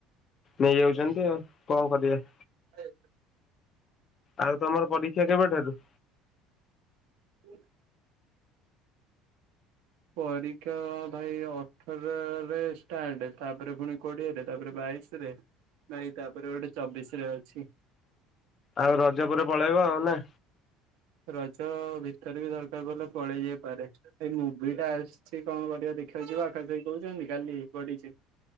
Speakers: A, on the left; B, on the right.
A: ନେଇଯାଉଛନ୍ତି ଆଉ, କଣ କରିବା?
B: ହୁ <unintelligible>
A: ଆଉ ତମର ପରୀକ୍ଷା କେବେ ଠାରୁ?
B: ହୁଁ <inaudible> ପରୀକ୍ଷା ଭାଇ ଅଠରରେ ଷ୍ଟାର୍ଟ ତାପରେ ପୁଣି କୋଡ଼ିଏରେ ତାପରେ ବାଇଶ୍ ଶିରେ ଭାଇ ତାପରେ ଗୋଟେ ଚବିଶରେ ଅଛି।
A: ଆଉ ରଜ ପରେ ପଳେଇବ ଆଉ ନା।
B: ରଜ ଭିତରେ ବି ଦରକାର ପଲେ ପଳେଇ ଯାଇପାରେ। ଏଇ ମୁଭି ଟା ଆସିଚି କଣ କରିବା ଦେଖାଯିବ ଆକାଶ ଭାଇ କହୁଛନ୍ତି କାଲି ପଡିଚି।